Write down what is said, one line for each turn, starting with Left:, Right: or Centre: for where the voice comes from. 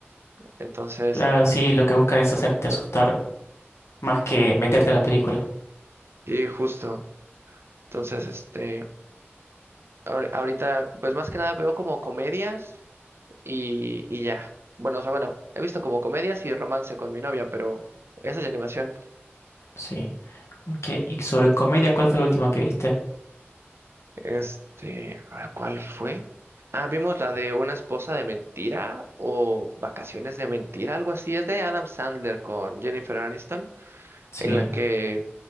Right: Entonces,
Left: claro,
Right: eh,
Left: sí, lo que buscan es hacerte asustar más que meterte a la película.
Right: y justo. Entonces, este, ahor- ahorita, pues más que nada veo como comedias y, y ya. Bueno, o sea, bueno, he visto como comedias y romance con mi novia, pero esa es de animación.
Left: Sí. Ok, y sobre comedia, ¿cuál fue la última que viste?
Right: Este, a ver, ¿cuál fue? Ah, vimos la de Una esposa de mentira o Vacaciones de mentira, algo así. Es de Adam Sandler con Jennifer Aniston,
Left: Sí,
Right: en la que